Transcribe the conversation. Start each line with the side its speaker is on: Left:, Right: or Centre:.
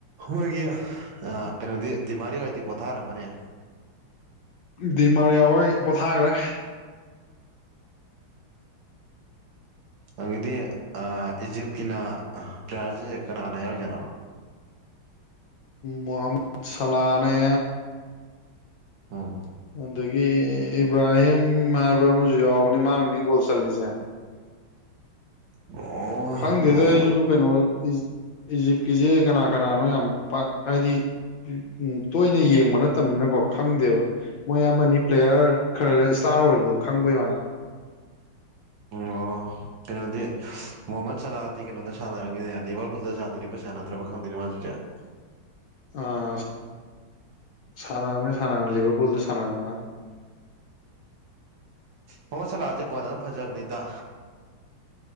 Right: ꯃꯣꯏꯒꯤ ꯀꯩꯅꯣꯗꯤ ꯗꯤꯃꯥꯔꯤꯌꯥꯗꯤ ꯄꯣꯊꯥꯔꯝꯃꯅꯤ
Left: ꯗꯤꯃꯥꯔꯌꯥꯍꯣꯏ ꯄꯣꯊꯥꯒ꯭ꯔꯦ
Right: ꯑꯪꯒꯤꯗꯤ ꯑꯥ ꯏꯖꯤꯞꯀꯤꯅ ꯄ꯭ꯂꯦꯌꯥꯔꯖꯦ ꯀꯅꯥ ꯀꯅꯥ ꯌꯥꯎꯔꯤꯖꯥꯅꯣ
Left: ꯃꯣꯍꯃꯠ ꯁꯂꯥꯅꯦ
Right: ꯎꯝ
Left: ꯑꯗꯥꯒꯤ ꯏꯕ꯭ꯔꯥꯍꯤꯝ ꯍꯥꯏꯕꯔꯥ ꯑꯃꯖꯨ ꯌꯥꯎꯕꯅꯤ ꯃꯥꯅꯅꯤ ꯒꯣꯜ ꯆꯂꯤꯁꯦ
Right: ꯑꯣ
Left: ꯈꯪꯗꯦꯗ
Right: ꯃꯣꯍꯃꯠ
Left: ꯑꯩꯖꯨ ꯀꯩꯅꯣ ꯏꯖꯤ ꯏꯖꯤꯞꯀꯤꯖꯦ ꯀꯅꯥ ꯀꯅꯥꯅꯣ ꯌꯥꯝ ꯄꯥꯛ ꯍꯥꯏꯗꯤ ꯎꯝ ꯇꯣꯏꯅ ꯌꯦꯡꯕ ꯅꯠꯇꯕꯅꯤꯅꯀꯣ ꯈꯪꯗꯦꯕ ꯃꯣꯏ ꯑꯃꯅꯤ ꯄ꯭ꯂꯦꯌꯥꯔ ꯈꯔꯥ ꯒꯥ ꯏꯁꯇꯥꯔ ꯑꯣꯏꯕꯗꯣ ꯈꯪꯕꯩ ꯋꯥꯅꯦ
Right: ꯑꯣ ꯀꯩꯅꯣꯗꯤ ꯃꯨꯍꯃꯠ ꯁꯂꯥꯍꯗꯤ ꯀꯩꯅꯣꯝꯗ ꯁꯥꯟꯅꯔꯒꯅꯦ ꯂꯤꯚꯔ ꯄꯨꯜꯗ ꯁꯥꯟꯅꯔꯤꯕ ꯁꯥꯟꯅꯗ꯭ꯔꯕ ꯈꯪꯗꯦꯅꯦ ꯃꯥꯖꯤ ꯍꯧꯖꯤꯛ
Left: ꯑꯥ ꯁꯥꯟꯅꯕꯅꯤ ꯁꯥꯟꯅꯕꯅꯤ ꯂꯤꯕꯔ ꯄꯨꯜꯗ ꯁꯥꯟꯅꯕꯅꯤ ꯃꯥ
Right: ꯃꯣꯍꯃꯠ ꯁꯂꯥꯖꯦ ꯕꯣꯜ ꯑꯗꯨꯝ ꯐꯖꯕꯅꯤꯗ